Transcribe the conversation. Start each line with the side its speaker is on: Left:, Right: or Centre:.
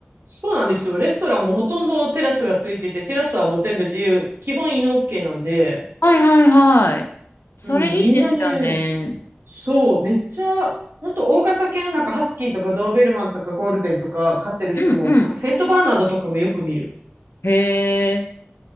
Right: そうなんですよ。レストランもほとんどテラスがついてて、テラスはもう全部自由。基本犬 OK なんで、
Left: はいはいはい。それいいですよね。
Right: うん、みんなね、そう、めっちゃ、ほんと大型犬、なんかハスキーとかドーベルマンとかゴールデンとか飼ってる人も、
Left: うんうん。
Right: あとセントバーナードとかもよく見る。
Left: へえ、